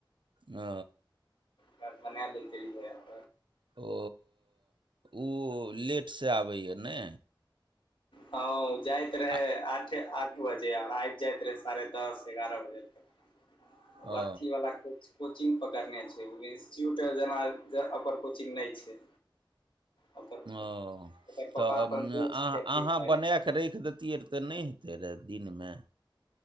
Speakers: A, on the right (about 65°); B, on the left (about 75°).
A: ओ
B: तहन बनालैत रहियै अत
A: ओ ऊ लेटसँ आबैए ने
B: हँ ऊ जाइत रहै
A: आ
B: आठे आठ बजे, अओर आइब जाइत रहै साढ़े दस एगारह बजे तक। उ
A: ओ
B: अथीवला के कोचिंग पकड़ने छै, ओ इंस्टिट्यूट जेना ज ओकर कोचिंग नहि छै। ओकर
A: ओं
B: ओकर पापा
A: तब
B: अपन दोस्त
A: आह
B: के अथी
A: अहाँ
B: भेल
A: बना कऽ रखि देैतियै रऽ तऽ नहि हेतै रए दिनमे।